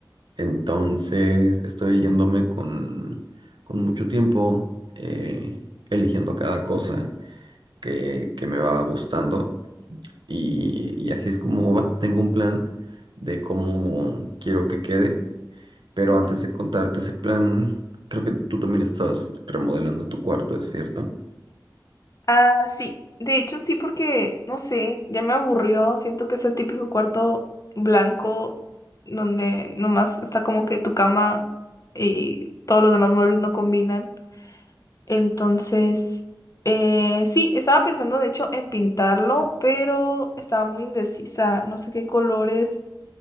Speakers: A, on the right; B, on the left.
A: Entonces, estoy yéndome con, con mucho tiempo, eh, eligiendo cada cosa que, que me va gustando. Y, y así es como va. Tengo un plan de cómo quiero que quede. Pero
B: Ujú.
A: antes de contarte ese plan, creo que tú también estabas remodelando tu cuarto, ¿es cierto?
B: Ah, sí. De hecho, sí, porque, no sé, ya me aburrió. Siento que es el típico cuarto blanco donde nomás está como que tu cama y todos los demás muebles no combinan. Entonces, eh, sí, estaba pensando de hecho en pintarlo, pero estaba muy indecisa. No sé qué colores